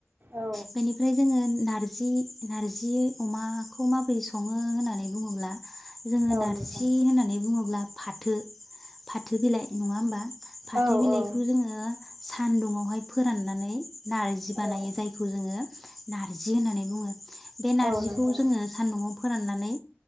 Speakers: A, on the right; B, in the centre.
A: औ
B: बेनिफ्राय जोङो नारजि नारजि अमाखौ माबोरै सङो होननानै बुङोब्ला जोङो
A: औ
B: नारजि
A: नोंथां
B: होननानै बुङोब्ला फाथो फाथो बिलाइ नङा होमबा फाथै
A: औ
B: बिलाइखौ
A: औ
B: जोङो सानदुंआवहाय फोराननानै नारजि बानायो
A: औ
B: जायखौ जोङो नारजि होननानै बुङो। बे नारजिखौ
A: औ नोंथां
B: जोङो सान्दुंआव फोराननानै